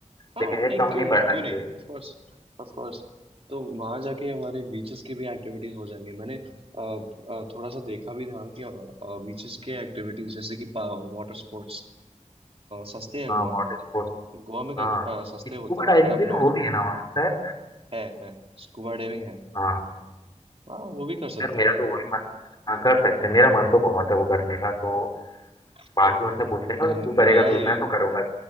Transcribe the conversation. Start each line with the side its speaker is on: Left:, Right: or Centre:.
Right: हाँ
Left: लेकिन ये
Right: नहीं
Left: कम
Right: क्यों
Left: नहीं पड़ना
Right: क्यों
Left: चाहिए
Right: नहीं ऑफ कोर्स ऑफ कोर्स तो वहां जाके हमारे बीचेस की भी एक्टिविटीज हो जाएंगी मैंने अ, अ, थोड़ा सा देखा भी था कि बीचेस के एक्टिविटीज जैसे कि वाटर स्पोर्ट्स सस्ते हैं
Left: हाँ
Right: गोवा
Left: वाटर
Right: में
Left: स्पोर्ट्स
Right: गोवा में क्या-
Left: हाँ
Right: अ, सस्ते
Left: स्कूबा
Right: होते हैं
Left: डाइविंग
Right: अगर आप
Left: भी तो
Right: नॉर्थ
Left: हो रही
Right: में
Left: है ना वहाँ पर शायद?
Right: है है स्कूबा डाइविंग है
Left: हाँ
Right: हाँ वो भी कर सकते
Left: यार मेरा
Right: हैं
Left: तो वही मन हाँ कर सकते हैं मेरा मन तो बहुत है वो करने का तो
Right: हम्म,
Left: बाकी उनसे पूछ लेंगे और तू करेगा
Right: मेरा ये
Left: तो मैं
Right: हम्म,
Left: तो करूंगा